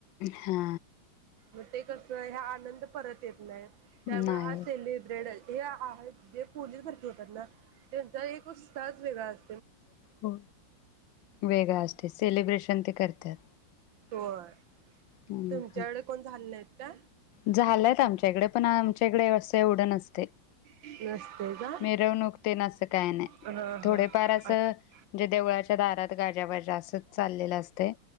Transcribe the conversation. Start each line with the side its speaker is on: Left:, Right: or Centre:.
Left: हा
Right: मग ते कसं हा आनंद परत येत नायी त्यामुळे
Left: नाही
Right: हा
Left: होय.
Right: सेलीब्रेड हे आहेत जे पूलिस भरती होतात ना तेज एक उत्साहच वेगळा अस
Left: हो वेगळा असते सेलिब्रेशन ते करत्यात
Right: होय
Left: हम्म
Right: तुमच्याकडे
Left: हम्
Right: कोण झाले नाहीत का
Left: झाल्यात आमच्याइकडं पण आमच्या इकडे असं एवढं नसते
Right: नसते का
Left: मिरवनुक तेन असं काय नाय,
Right: हा
Left: थोडेफार
Right: हा
Left: असं
Right: अच्छा
Left: म्हणजे देवळाच्या दारात गाज्याबाज्या असं चाललेलं असतंय